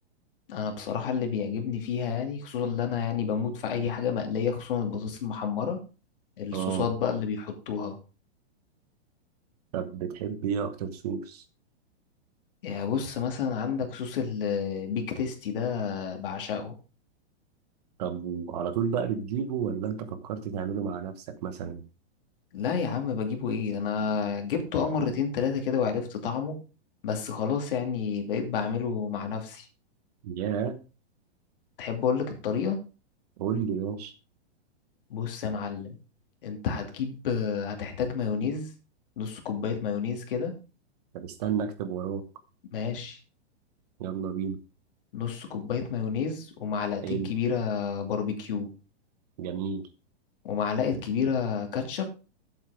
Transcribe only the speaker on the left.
انا بصراحه اللي بيعجبني فيها يعني خصوصا اللي انا يعني بموت في اي حاجه مقليه خصوصا البطاطس المحمره الصوصات
بقى اللي بيحطوها
يعني بص مثلا عندك صوص البيك تيستي ده بعشقه
لا يا عم بجيبه ايه انا جبته اه مرتين تلاتة كده وعرفت طعمه بس خلاص يعني بقيت بعمله مع نفسي
تحب اقولك الطريقة
بص يا معلم انت هتجيب هتحتاج مايونيز نص كوباية مايونيز كده
ماشي
نص كوباية مايونيز ومعلقتين
كبيرة باربيكيو
ومعلقة كبيرة كاتشب